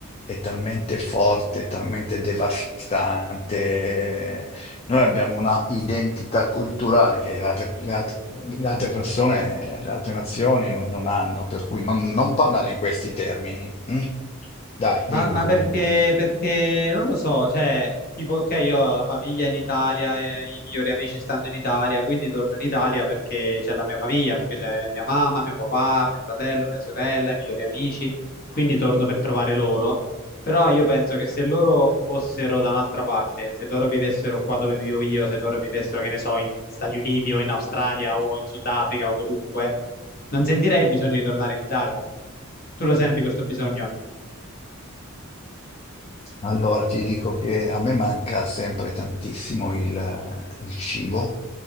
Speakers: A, on the left (about 30°); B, on the left (about 45°).
A: è talmente forte, è talmente devastante. Noi abbiamo una identità culturale che le altre, le altre- le altre persone, le altre nazioni non, non hanno, per cui non, non parlare in questi termini. mm? Dai,
B: Ma,
A: dimmi
B: ma
A: comunque.
B: perché, perché non lo so, cioè, tipo, ok, io ho la famiglia in Italia, e i migliori amici stanno in Italia, quindi torno in Italia perché c'è la mia famiglia, perché c'è mia mamma, mio papà, mio fratello, mia sorella, i migliori amici, quindi torno per trovare loro. Però io penso che se loro fossero da un'altra parte, se loro vivessero qua dove vivo io, se loro vivessero, che ne so, in Stati Uniti o in Australia o in Sudafrica o dovunque, non sentirei il bisogno di tornare in Italia. Tu lo senti questo bisogno?
A: Allora, ti dico che a me manca sempre tantissimo il, il cibo.